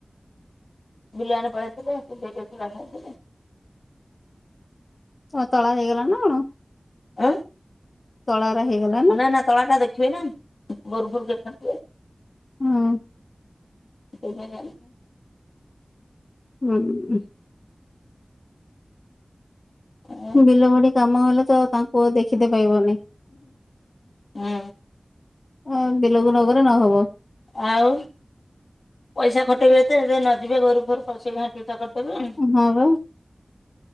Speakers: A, on the left (about 85°); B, on the left (about 55°).
A: ବିଲ ଆଡ଼େ ପଳେଇଥିଲେ, ଟିକେ କେ ଚୁଡା ଖାଇଥିଲେ।
B: ଆ ତଳା ହେଇଗଲାଣି ନା କଣ?
A: ଆଁ।
B: ତଳାରା ହେଇଗଲା।
A: ଉ ନା, ନା, ତଳା ଟା ଦେଖିବେନା, ଭୋର୍ ଭୋର୍ ଦେଖନ୍ତି।
B: ହୁଁ।
A: ଏବେ କାଲ୍
B: ହୁଁ।
A: ହୁଁ
B: ବିଲ ଭାଡି କାମ ହେଲେ ତ, ତାଙ୍କୁ ଦେଖିତେ ପାଇବନି?
A: ଉଁ।
B: ଅଁ, ବିଲକୁ ନଗଲେ ନହବ।
A: ଆଉ, ପଇସା ଖଟେଇବେ ଏତେ, ଯେ ନ ଯିବେ ଗୋରୁ ଫୋରୁ ଫସିକି ଘାଣ୍ଟି ଚକଟି ଦେବେ।
B: ହଁ, ବା